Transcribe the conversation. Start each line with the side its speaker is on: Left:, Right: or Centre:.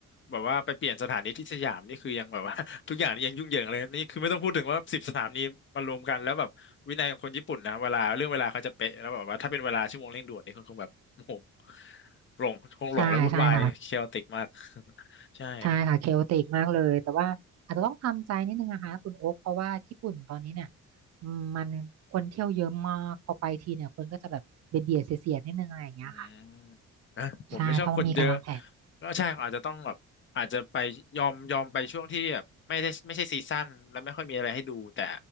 Left: แบบว่าไปเปลี่ยนสถานีที่สยามนี่คือยังแบบว่า <laughs> ทุกอย่างนี่ยังยุ่งเหยิงเลยนี่คือไม่ต้องพูดถึงว่าสิบสถานีมารวมกันแล้วแบบวินัยของคนญี่ปุ่นนะเวลาเรื่องเวลาเขาจะเป๊ะแล้วแบบว่าถ้าเป็นเวลาชั่วโมงเร่งด่วนนี่คงแบบโอ้โหหลงคงหลงและวุ่นวายเคอติกมาก
Right: ใช่ใช่ค่ะ
Left: <laughs> ใช่
Right: ใช่ค่ะเคโอติกมากเลยแต่ว่าอาจจะต้องทำใจนิดนึงนะคะคุณโอ๊คเพราะว่าญี่ปุ่นตอนนี้เนี่ยอืมมันคนเที่ยวเยอะมากพอไปทีเนี่ยคนก็จะแบบเบียดเบียดเสียดๆนิดนึงอะไรอย่างเงี้ยค่ะ
Left: อืมนะผมไม่ชอบคนเยอะ
Right: ใช่ถ้าว่ามีการวางแผน
Left: ก็ใช่อาจจะต้องแบบอาจจะไปยอมยอมไปช่วงที่แบบไม่ได้ไม่ใช่ซีซั่นแล้วไม่ค่อยมีอะไรให้ดูแต่